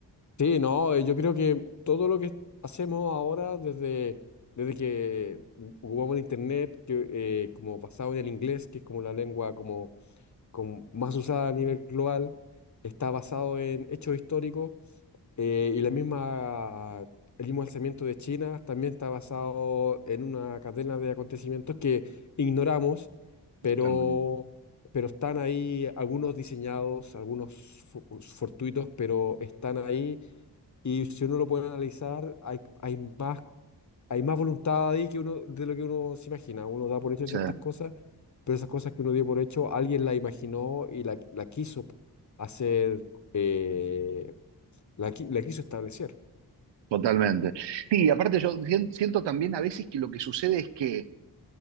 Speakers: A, on the left; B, on the right.
A: Sí, no, eh, yo creo que todo lo que hacemos ahora desde, desde que jugamos el internet, que, eh, como basado en el inglés, que es como la lengua como, como más usada a nivel global, está basado en hechos históricos Eh, y la misma, el mismo alzamiento de China también está basado en una cadena de acontecimientos que ignoramos, pero,
B: Totalmente.
A: pero están ahí algunos diseñados, algunos fu- fortuitos, pero están ahí. Y si uno lo puede analizar, hay, hay más hay más voluntad ahí que uno, de lo que uno se imagina. Uno da por hecho
B: Sí,
A: ciertas cosas, pero esas cosas que uno dio por hecho, alguien la imaginó y la, la quiso hacer, eh, la, qui- la quiso establecer.
B: totalmente. Sí, aparte yo sien- siento también a veces que lo que sucede es que